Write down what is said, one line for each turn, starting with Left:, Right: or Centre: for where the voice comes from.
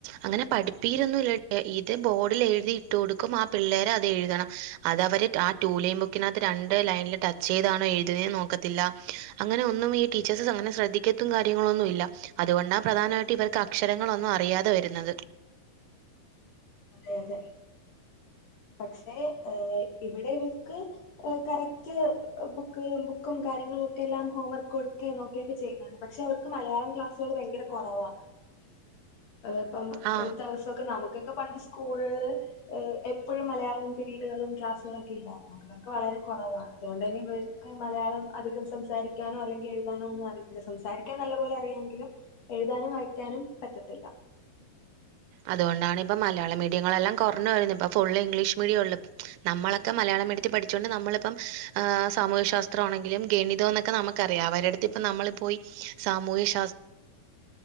Right: അങ്ങനെ പഠിപ്പീരൊന്നുല്ല ഇത് ബോഡില് എഴുതി ഇട്ട് കൊടുക്കും അ പിള്ളേരത് എഴുതണം അത് അവര് ആ ടൂലൈൻ ബുക്കിനകത്ത് രണ്ട് ലൈനില് ടച്ച് ചെയ്താണോ എഴ്ത്ണേ നോക്കത്തില്ല അങ്ങനെ ഒന്നും ഈ ടീച്ചേഴ്സ് അങ്ങനെ ശ്രദ്ധിക്കത്തും കാര്യങ്ങളൊന്നും ഇല്ല അതുകൊണ്ടാ പ്രധാനായിട്ട് ഇവർക്ക് അക്ഷരങ്ങളൊന്നും അറിയാതെ വരുന്നത്
Left: അതെ അതെ പക്ഷെ ഏഹ് ഇവിടെവക്ക് കറക്റ്റ് ബുക്ക ബുക്കും കാര്യങ്ങളും ഒക്കെ എല്ലാം ഹോംവർക്ക് കൊടുക്കേം നോക്കിയൊക്കെ ചെയ്യുന്നു പക്ഷെ അവർക്ക് മലയാളം ക്ലാസ്സുൾ ഭയങ്കര കുറവാ ഇപ്പം
Right: ആ
Left: ഒരു ദിവസൊക്കെ നമുക്ക് ക്കെ പണ്ട് സ്കൂളൽ എപ്പോഴും മലയാളം പീരീഡുകളും ക്ലാസ്സുകളൊക്കെ ഇല്ലായിരുന്നോ ഇർക്ക് വളരെ കുറവാ അതൊണ്ട് ന്നെ ഇവർക്ക് മലയാളം അധികം സംസാരിക്കാനോ അല്ലെങ്കിൽ എഴുതാനോ ഒന്നും അറിയില്ല അത് സംസാരിക്കാൻ നല്ല പോലെ അറിയാങ്കിലും എഴുതാനും വായിക്കാനും പറ്റത്തില്ല
Right: അതുകൊണ്ടാണ് ഇപ്പ മലയാള മീഡിയങ്ങളെല്ലാം കുറഞ്ഞ വരുന്നത് ഇപ്പൊ ഫുള് ഇംഗ്ലീഷ് മീഡിയം ഉള്ള നമ്മളൊക്കെ മലയാളംീഡത്തിൽ പഠിച്ചുകൊണ്ട് നമ്മളിപ്പം സാമൂഹ്യ ശാസ്ത്ര ആണങ്കിലും ഗണിതോ എന്നൊക്കെ നമുക്കറിയാം അവരുടുത്ത് ഇപ്പ നമ്മളിപോയി സാമൂഹ്യ ശാസ്